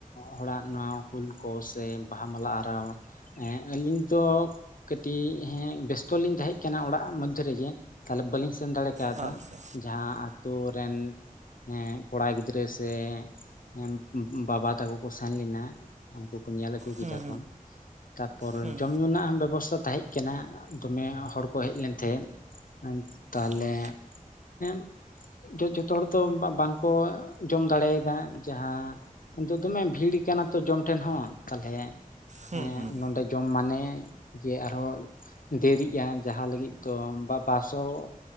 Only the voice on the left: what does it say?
ᱦᱚᱲᱟᱜ ᱱᱚᱣᱟ ᱦᱩᱞ ᱠᱚ ᱥᱮ ᱵᱟᱦᱟ ᱢᱟᱞᱟ ᱟᱨᱟᱣ ᱦᱮᱸ ᱟᱹᱞᱤᱧ ᱫᱚ ᱠᱟᱹᱴᱤᱡ ᱦᱮᱸ ᱵᱮᱥᱛᱚ ᱞᱤᱧ ᱛᱟᱦᱮᱸ ᱠᱟᱱᱟ ᱚᱲᱟᱜ ᱢᱚᱫᱽᱫᱷᱮ ᱨᱮᱜᱮ ᱛᱟᱦᱚᱞᱮ ᱵᱟᱹᱞᱤᱧ ᱥᱮᱱ ᱫᱟᱲᱮ ᱠᱟᱣᱫᱟ
ᱡᱟᱦᱟᱸ ᱟᱛᱳ ᱨᱮᱱ ᱦᱮᱸ ᱠᱚᱲᱟ ᱜᱤᱫᱽᱨᱟᱹ ᱥᱮ ᱦᱮᱸ ᱵᱟᱵᱟ ᱛᱟᱠᱚ ᱠᱚ ᱥᱮᱱ ᱞᱮᱱᱟ ᱩᱱᱠᱩ ᱠᱚ ᱧᱮᱞ ᱟᱹᱜᱩ ᱠᱮᱫᱟ
ᱠᱚ ᱛᱟᱯᱚᱨ
ᱡᱚᱢ ᱧᱩ ᱨᱮᱱᱟᱜ ᱦᱚᱸ ᱵᱮᱵᱚᱥᱛᱷᱟ ᱛᱟᱦᱮᱸᱡ ᱠᱟᱱᱟ ᱫᱚᱢᱮ ᱦᱚᱲ ᱠᱚ ᱦᱮᱡ ᱞᱮᱱ ᱛᱟᱦᱮᱸᱫ ᱛᱟᱦᱞᱮ
<unintelligible> ᱡᱚ ᱡᱚᱛᱷᱚ ᱦᱚᱲ ᱫᱚ ᱵᱟᱝᱠᱚ ᱡᱚᱢ ᱫᱟᱲᱮ ᱟᱫᱟ ᱡᱟᱦᱟᱸ ᱫᱚ ᱫᱚᱢᱮ ᱵᱷᱤᱲ ᱠᱟᱱᱟ ᱛᱚ ᱡᱚᱢ ᱴᱷᱮᱱ ᱦᱚᱸ ᱛᱟᱞᱦᱮ
ᱮ
ᱱᱚᱰᱮ ᱡᱚᱢ ᱢᱟᱱᱮ ᱡᱮ ᱟᱨᱦᱚᱸ ᱫᱮᱨᱤᱜᱼᱟ ᱡᱟᱦᱟᱸ ᱞᱟᱹᱜᱤᱫ ᱫᱚ ᱵᱟ ᱵᱟᱥ ᱦᱚᱸ